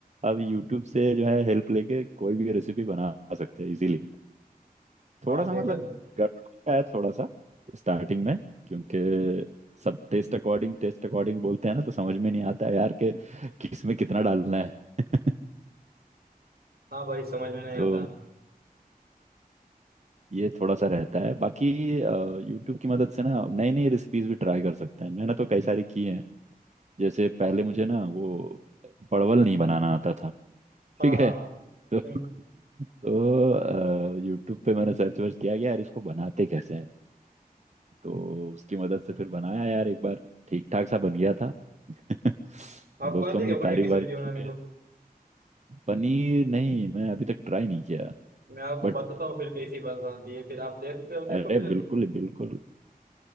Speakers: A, on the right; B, on the right.
A: अब यूट्यूब से जो है हेल्प लेके कोई भी रेसिपी बना सकते हैं इजीली थोड़ा
B: हाँ
A: सा
B: देखा
A: मतलब गड़बड़ होता है थोड़ा सा स्टार्टिंग में क्योंकि सब टेस्ट अकॉर्डिंग टेस्ट अकॉर्डिंग बोलते हैं ना तो समझ में नहीं आता यार कि किस में कितना डालना है <laughs>
B: हाँ भाई समझ में नहीं
A: तो
B: आता
A: ये थोड़ा सा रहता है बाकी यूट्यूब की मदद से ना नई नई रेसिपीज भी ट्राई कर सकते हैं मैंने तो कई सारी की हैं जैसे पहले मुझे ना वो परवल नहीं बनाना आता था
B: हाँ
A: ठीक
B: हाँ
A: है <laughs>
B: हाँ
A: तो
B: हम्म
A: तो यूट्यूब पे मैंने सर्च वर्च किया कि यार इसको बनाते कैसे हैं तो उसकी मदद से फिर बनाया यार एक बार ठीक ठाक सा बन गया था <laughs>
B: आपको
A: दोस्तों
B: आती
A: ने
B: है क्या
A: भी तारीफ
B: पनीर की
A: वारीफ
B: सब्जी
A: की
B: बनाने को
A: है पनीर नहीं मैं अभी तक ट्राई नहीं किया
B: मैं आपको
A: बट
B: बताता हूँ फिर कैसी बनाती है फिर आप देखते हो देखो
A: अरे
B: फिर
A: बिल्कुल बिल्कुल